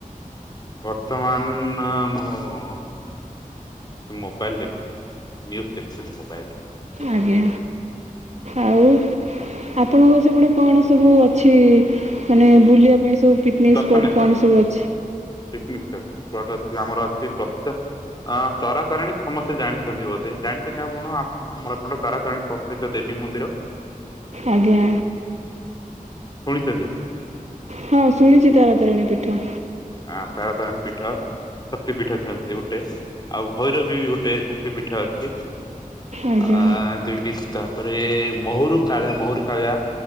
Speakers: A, on the left; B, on the right.
A: ବର୍ତ୍ତମାନ୍ ମୁଁ ମୋବାଇଲ ଦେଖୁଥିଲି ନ୍ୟୁଜ୍ ଦେଖୁଥିଲି ମୋବାଇଲ
B: ଆଜ୍ଞା। ଆଉ? ଆପଣଙ୍କ ସେପଟେ କଣ ସବୁ ଅଛି ମାନେ ବୁଲିବା ପାଇଁ ସବୁ? ପିକନିକ୍
A: <unintelligible>
B: ସ୍ପଟ୍ କଣ ସବୁ ଅଛି?
A: ଆମର ଅଛି ପ୍ରସିଦ୍ଧ ଅଁ ତରା ତାରିଣୀ ସମସ୍ତେ ଜାଣିଛନ୍ତି ବୋଧେ ଜାଣିଛନ୍ତି ଆପଣ ଆମର ଏପଟେ ତାରାତାରିଣୀ ପ୍ରସିଧ୍ୟ ଦେବୀ ମନ୍ଦିର।
B: ଆଜ୍ଞା।
A: ଶୁଣିଛନ୍ତି?
B: ହଁ ଶୁଣିଛି ତାରା ତାରିଣୀ ପୀଠ।
A: ଆଁ ତାରା ତାରିଣୀ ପୀଠ ଶକ୍ତି ପୀଠ ଅଛନ୍ତି ସେ ଗୋଟେ ଆଉ ଭୈରଵୀ ବି ଗୋଟେ ଶକ୍ତି ପୀଠ ଅଛି।
B: ଆଜ୍ଞା
A: ଆ ଦୁଇଟି ତାପରେ ମହୁରୁ କାଳ ମହୁରୁ କାଳିଆ।